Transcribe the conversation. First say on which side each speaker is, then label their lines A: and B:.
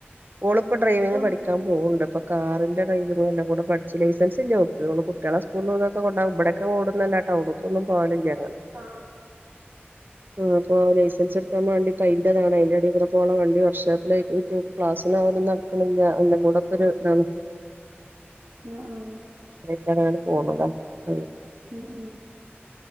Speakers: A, on the right (about 50°); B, on the right (about 70°).
A: ഓളിപ്പോ ഡ്രൈവിങ്
B: എനിക്കൊന്ന്
A: പഠിക്കാൻ പോവണ്ട് ഇപ്പോ കാറിന്റെ ഡ്രൈവ് എല്ലാം കൂടെ പഠിച്ച് ലൈസൻസ് ഇല്ല ഓൾക്ക് ഓള് കുട്ടികളെ സ്കൂളൊക്കെ കൊണ്ടാക്കും ഇബടക്കെ ക്കെ ഓടുന്നല്ലാതെ ടൗണുക്കൊന്നും പോകലില്ല.
B: ആഹ്
A: ആ അപ്പോ ലൈസൻസ് എടുക്കാൻ വേണ്ടി ഇപ്പ അയിന്റതാണ് അയിന്റെ അടി കൂടെ പോകണം വണ്ടി വർക്ക് ഷാപ്പിലായി പോയിറ്റ് ഓക്ക് ക്ലാസ്സിന് പോവാനും നടക്കണില്ലാ എല്ലാം കൂടെ ഒക്കൊരു ഇതാണ്.
B: ആ ആ ആ
A: അങ്ങനെയാണ് പോന്നതാ പ
B: ഉം ഉം